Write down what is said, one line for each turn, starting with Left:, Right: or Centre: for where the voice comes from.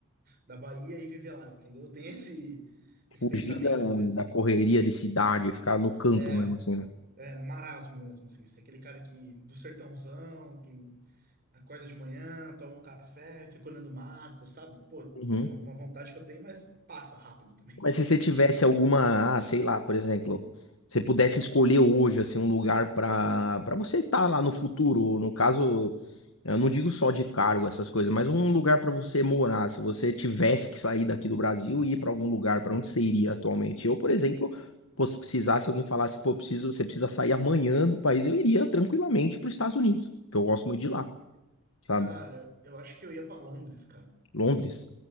Right: da Bahia e viver lá, entendeu? Eu tenho <laughs> esse, esse
Left: Fugir
Right: pensamento
Left: da,
Right: às vezes.
Left: da correria de cidade, ficar no campo
Right: É,
Left: mesmo, assim, né?
Right: é, no marasmo mesmo, assim, ser aquele cara que do sertãozão, que acorda de manhã, toma um café, fica olhando o mato, sabe? Pô,
Left: Uhum.
Right: é uma vontade que eu tenho, mas passa rápido também.
Left: Mas se você tivesse alguma, ah, sei lá, por exemplo, você pudesse escolher hoje assim um lugar para para você estar lá no futuro, no caso, eu não digo só de cargo essas coisas, mas um lugar para você morar, se você tivesse que sair daqui do Brasil e ir para algum lugar, para onde você iria atualmente? Eu, por exemplo, pô, se precisasse alguém falasse, pô, preciso, você precisa sair amanhã do país, eu iria tranquilamente para os Estados Unidos, que eu gosto muito de lá,
Right: <laughs>
Left: sabe?
Right: Cara, eu acho que eu ia pra Londres, cara.
Left: Londres,